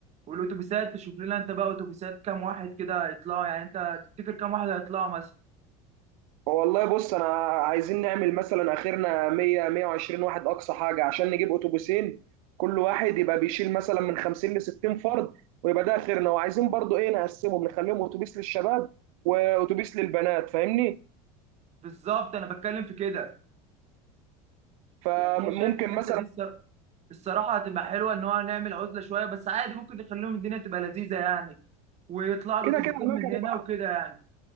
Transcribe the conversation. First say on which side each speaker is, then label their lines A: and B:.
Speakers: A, on the right; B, on the right.
A: والاتوبيسات تشوف لنا انت بقى اتوبيسات كام واحد كده هيطلعوا يعني انت تفتكر كام واحد هيطلعوا مثلا
B: والله بص انا عايزين نعمل مثلا اخرنا 100 120 واحد اقصى حاجه عشان نجيب اتوبيسين كل واحد يبقى بيشيل مثلا من 50 ل 60 فرد ويبقى ده اخرنا وعايزين برضو ايه نقسمهم نخليهم اتوبيس للشباب واتوبيس للبنات فاهمني
A: بالظبط انا بتكلم في كده
B: فممكن
A: يعني انا شايف الحته
B: مثلا
A: دي الص- الصراحه هتبقى حلوه ان هو نعمل عزله شويه بس عادي ممكن نخليهم الدنيا تبقى لذيذه يعني ويطلع له
B: كده
A: تبسيم
B: كده هناك
A: من
B: هنبقى
A: هنا وكده يعني